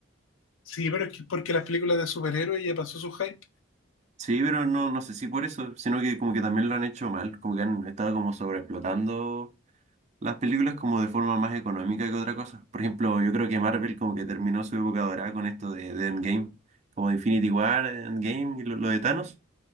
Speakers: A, on the left; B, on the right.
A: Sí, pero es que porque las películas de superhéroes ya pasó su hype.
B: Sí, pero no, no sé si por eso, sino que como que también lo han hecho mal, como que han estado como sobreexplotando las películas como de forma más económica que otra cosa. Por ejemplo, yo creo que Marvel como que terminó su época dorada con esto de, de Endgame, como Infinity War, Endgame y lo, lo de Thanos.